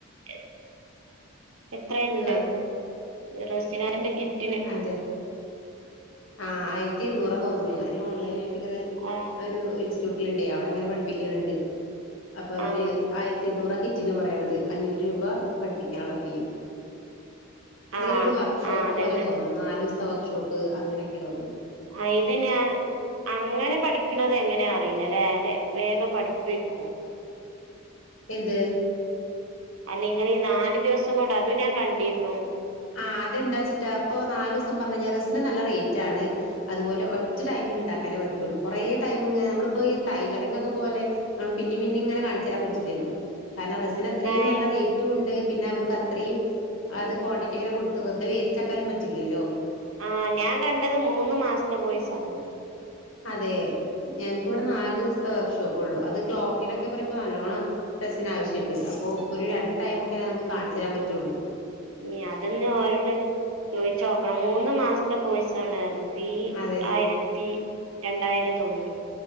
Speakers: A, on the right; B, on the left.
A: എ എത്രെണ്ട്
B: ആ
A: റസിനാന്റെ കിറ്റിന്
B: അതെ ആഹ് ആയിരത്തി ഇരുന്നൂറാ തോന്നണു ഞാനി ഓൺലൈനി ങ്ങനെ
A: ആ
B: അരു ഇൻസ് റ്റൂട്ടിലുണ്ടെ അവിടങ്ങനെ പഠിപ്പിക്കണണ്ട് അപ്പൊ അവര്
A: ആ
B: ആയിരത്തി ഇരുന്നൂറ- കിറ്റിന് പറയണത് അഞ്ഞൂറ് രൂപ പഠിപ്പിക്കാനുള്ള ഫീയും അതിങ്ങനെ
A: ആ
B: ഒരു വർക്ക്ഷോപ്പ്-
A: ആ അതന്നെ
B: പോലെ തോന്നുണു നാലുസ്- വർക്ക്ഷോപ്പ് അങ്ങനെയൊക്കെ തോന്നു
A: ആ ഇത്ഞാ അങ്ങനെ പഠിക്കണത് എങ്ങന അറിയില്ലല്ലെ അല്ലേ ലെ വേഗം പഠിക്കുവരിക്കോ
B: എന്ത്
A: അല്ല ഇങ്ങനെ ഈ നാല് ദിവസം കൊണ്ട് അതും ഞാൻ കണ്ടിരുന്നു
B: ആഹ് അതെന്താച്ചിട്ടാ അപ്പൊ നാലൂസം പറഞ്ഞഴിഞ്ഞാ ററിസിന് നല്ലറേറ്റണ് അതുപോലെ ഒറ്റ ടൈമിലിണ്ടാക്കാൻ പറ്റുള്ളൂ കുറേ ടൈംമിങ്ങനെ നമ്മളിപ്പൊ ഈ ടൈലറിങ്ങൊക്കെ പോലെ മ്മള് പിന്നേം പിന്നേം ഇങ്ങനെ കാണിച്ചരാൻ പറ്റില്ലല്ലോ കാരണം റസിന് അത്രയും
A: ആയ്
B: നല്ല റേറ്റുവുണ്ട് പിന്നെ അവര്ക്ക് അത്രയും അത് ക്വാണ്ടി- റ്റിങ്ങനെ കൊടുത്ത് വെറുതെ വേസ്റ്റാക്കാനും പറ്റില്ലല്ലോ
A: ആ ഞാൻ കണ്ടത് മൂന്ന് മാസ്ത്തെ കോയ്സാണ്
B: അതേ ഞങ്ങക്ക്വ്ടെ നാലൂസ് ത്തെ വർക്ക്ഷോപ്പുള്ളു അത് ക്ലോക്കിനൊക്കെ പറയുമ്പൊ നല്ലോണ്ണം റെസിന് ആവിശ്യണ്ട് അപ്പൊ ഒരു രണ്ട് ടൈംമൊക്കെ നമ്ക്ക് കാണിച്ചരാൻ പറ്റൂള്ളൂ
A: ഏ അതിന്നാ ഓരോട് ചോയ്ച്ചോക്കണം മൂന്ന് മാസത്തെ കോഴ്സ് കാണാർന്നു ഈ
B: അതെ
A: ആയിരത്തി രണ്ടായിരം തോന്ന്ണു